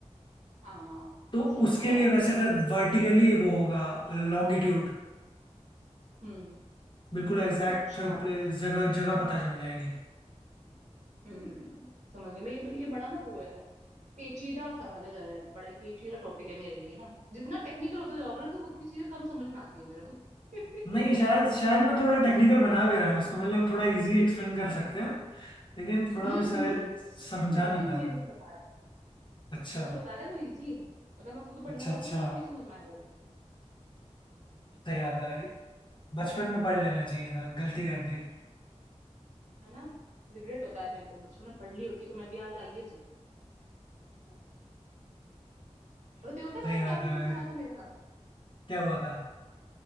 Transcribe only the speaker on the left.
तो
उसके
लिए वैसे
फिर वर्टिकली वो होगा लॉन्गिट्यूड
बिल्कुल एग्जैक्ट
फिर प्लेस जगह जगह पता चल जाएगी
नहीं
शायद शायद मैं थोड़ा टेक्निकल बना भी रहा हूँ इसको मतलब थोड़ा इजी एक्सप्लेन कर सकते हैं लेकिन थोड़ा
मैं शायद
समझा
नहीं पा
रहा
हूँ
अच्छा
अच्छा
अच्छा
सही बात है भाई, बचपन में पढ़ लेना चाहिए था गलती कर दी
सही
बात
है
भाई,
क्या हुआ था